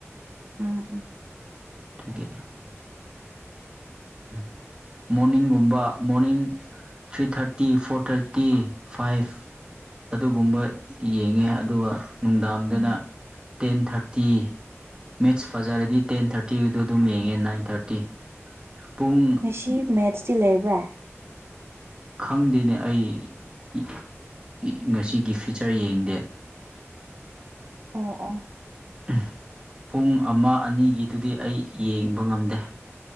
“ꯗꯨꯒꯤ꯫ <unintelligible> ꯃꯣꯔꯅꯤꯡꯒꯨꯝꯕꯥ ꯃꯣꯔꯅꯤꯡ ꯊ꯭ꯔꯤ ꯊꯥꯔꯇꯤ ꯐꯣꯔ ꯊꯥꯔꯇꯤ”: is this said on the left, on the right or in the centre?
Right